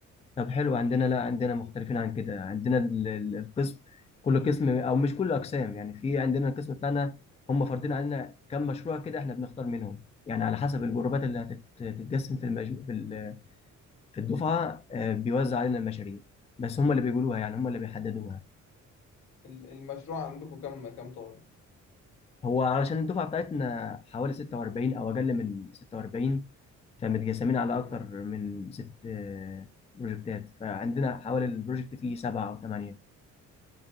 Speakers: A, on the left; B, on the left.
A: طب حلو عندنا لا عندنا مختلفين عن كده عندنا ال- ال- القسم كل قسم او مش كل اقسام يعني في عندنا القسم بتاعنا هم فارضين علينا كم مشروع كده احنا بنختار منهم يعني على حسب الجروبات اللي هتتقسم في المج... في ال- في الدفعه آه، بيوزع علينا المشاريع بس هم اللي بيقولوها يعني هم اللي بيحددوها
B: ال- المشروع عندكم كم كم طالب؟
A: هو علشان الدفعه بتاعتنا حوالي 46 او اقل من 46 فمتقسمين على
B: مم.
A: اكتر من ست آه، بروجكتات فعندنا حوالي البروجكت فيه سبعه او ثمانيه